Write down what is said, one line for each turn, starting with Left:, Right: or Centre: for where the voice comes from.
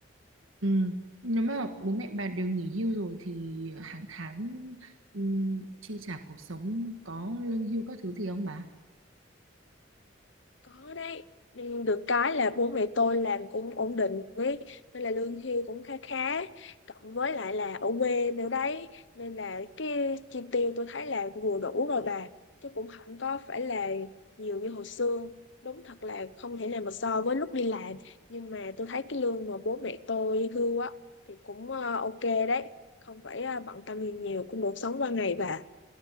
Right: Ừ, nếu mà bố mẹ bà đều nghỉ hưu rồi thì hàng tháng ừ, chi trả cuộc sống có lương hưu các thứ gì không bà?
Left: Có đấy, Ừ, được cái là bố mẹ tôi làm cũng ổn định với nên là lương hưu cũng khá khá cộng với lại là ở quê nữa đấy nên là cái chi tiêu tôi thấy là vừa đủ rồi bà chứ cũng không có phải là nhiều như hồi xưa đúng thật là không thể nào mà so với lúc đi làm nhưng mà tôi thấy cái lương mà bố mẹ tôi hưu á thì cũng ờ, ok đấy không phải ờ, bận tâm gì nhiều cũng được sống qua ngày bà